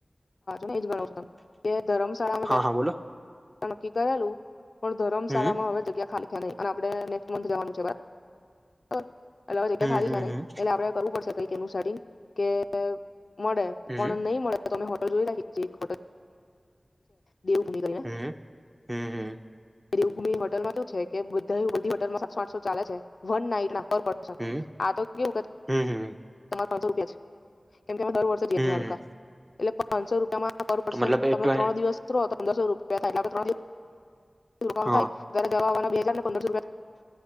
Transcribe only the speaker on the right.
હા હા બોલો
હમ
હમ
હમ
હમ
હમ હમ હમ
હમ
હમ હમ
હમ
હમ
તો મતલબ એ
ટ્વે-
હા